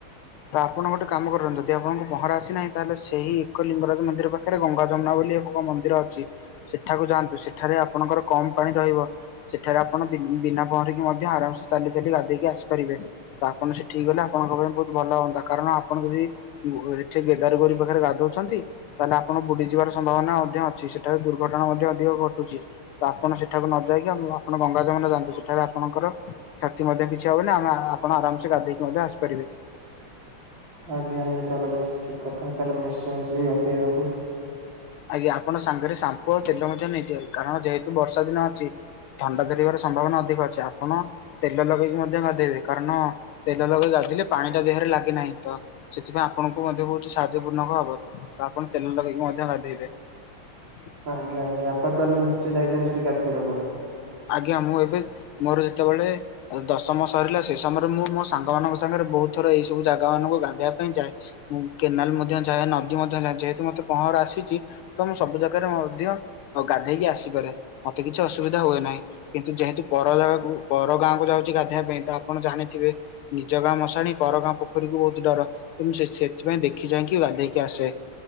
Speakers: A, on the left; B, on the right.
A: ତ ଆପଣ ଗୋଟେ କାମ କରନ୍ତୁ, ଯଦି ଆପଣଙ୍କୁ ପହଁରା ଆସିନାହିଁ ତାହେଲେ ସେହି ଏକ ଲିଙ୍ଗରାଜ ମନ୍ଦିର ପାଖରେ ଗଙ୍ଗା ଯମୁନା ବୋଲି ଏକ ମନ୍ଦିର ଅଛି ସେଠାକୁ ଯାଆନ୍ତୁ। ସେଠାରେ ଆପଣଙ୍କର କମ ପାଣି ରହିବ। ସେଠାରେ ଆପଣ ବି ବିନା ପହଁରିକି ମଧ୍ୟ ଆରାମସ ଚାଲି ଚାଲି ଗାଧେଇକି ଆସିପାରିବେ। ତ ଆପଣ ସେଠିକି ଗଲେ, ଆପଣଙ୍କ ପାଇଁ ବହୁତ ଭଲ ହୁଅନ୍ତା। କାରଣ ଆପଣ ଯଦି ଏଠି କେଦାରଗୌରି ପାଖରେ ଗାଧଉଛନ୍ତି ତାହେଲେ ଆପଣ ବୁଡି ଯିବାର ସମ୍ଭାବନା ମଧ୍ୟ ଅଛି। ସେଟାରେ ଦୁର୍ଘଟଣା ମଧ୍ୟ ଅଧିକ ଘଟୁଚି। ତ ଆପଣ ସେଠାକୁ ନ ଯାଇକି ଆପଣ ଗଙ୍ଗା ଯମୁନା ଯାଆନ୍ତୁ। ସେଠାରେ ଆପଣଙ୍କର କ୍ଷତି ମଧ୍ୟ କିଛି ହବନାଇ। ଆମେ ଆପଣ ଆରାମସେ ଗାଧେଇକି ମଧ୍ୟ ଆସିପାରିବେ।
B: ଆଜ୍ଞା ଆଜ୍ଞା। ତାହେଲେ ବେଶ୍ ଠିକ୍ କଥା। ତାହେଲେ ମୁଁ ନିଶ୍ଚୟ ଯିବି ଗାଧେଇବାକୁ।
A: ଆଜ୍ଞା। ଆପଣ ସାଙ୍ଗରେ ସାମ୍ପୁ ଆଉ ତେଲ ମଧ୍ୟ ନେଇଥିବେ। କାରଣ ଯେହେତୁ ବର୍ଷା ଦିନ ଅଛି ଥଣ୍ଡା ଧରିବାର ସମ୍ଭାବନା ଅଧିକ ଅଛି। ଆପଣ ତେଲ ଲଗେଇକି ମଧ୍ୟ ଗାଧେଇବେ। କାରଣ ତେଲ ଲଗେଇକି ଗାଧେଇଲେ ପାଣି ଟା ଦେହରେ ଲାଗେନାହିଁ। ତ ସେଥିପାଇଁ ଆପଣଙ୍କୁ ମଧ୍ୟ ବହୁତ ସାହାଯ୍ୟପୂର୍ଣ୍ଣ ହବ। ତ ଆପଣ ତେଲ ଲଗେଇକି ମଧ୍ୟ ଗାଧେଇବେ। <inaudible>
B: ଆଜ୍ଞା ଆଜ୍ଞା। ଆପଣ ତାହେଲେ ନିଶ୍ଚୟ ଯାଇଛନ୍ତି ସେଇଠି ଗାଧେଇବାକୁ?
A: ଆଜ୍ଞା। ମୁଁ ଏବେ ମୋର ଯେତେବେଳେ ଦଶମ ସରିଲା, ସେ ସମୟରେ ମୁଁ ମୋ ସାଙ୍ଗମାନଙ୍କ ସାଙ୍ଗରେ ବହୁତ ଥର ଏହି ସବୁ ଜାଗା ମାନଙ୍କୁ ଗାଧେଇବା ପାଇଁ ଯାଏ। ମୁଁ କେନାଲ ମଧ୍ୟ ଯାଏ, ନଦୀ ମଧ୍ୟ ଯାଏ ଯେହେତୁ ମତେ ପହଁରା ଆସିଚି ତ ମୁଁ ସବୁ ଜାଗାରେ ମଧ୍ୟ ଗାଧେଇକି ଆସିପାରେ। ମତେ କିଛି ଅସୁବିଧା ହୁଏ ନାହିଁ। କିନ୍ତୁ ଯେହେତୁ ପର ଜାଗାକୁ ପର ଗାଁ କୁ ଯାଉଚି ଗାଧୋଇବା ପାଇଁ ତ ଆପଣ ଜାଣିଥିବେ ନିଜ ଗାଁ ମଶାଣି ପର ଗାଁ ପୋଖରୀକୁ ବହୁତ ଡର। ତ ମୁଁ ସେ ସେଥିପାଇଁ ଦେଖି ଚାହିଁକି ଗାଧେଇକି ଆସେ।